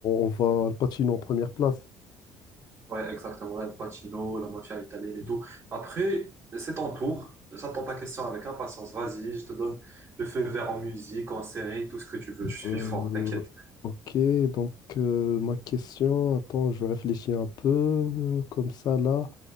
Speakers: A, on the left; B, on the right.
A: on voit Al Pacino en première place.
B: Ouais, exactement. El Pacino, la mafia italienne et tout. Après, c'est ton tour. J'attends ta question avec impatience. Vas-y, je te donne le feu vert en musique, en série, tout ce que tu veux. Je suis
A: Euh,
B: fort, t'inquiète.
A: ok, donc euh, ma question, attends, je réfléchis un peu euh, comme ça là.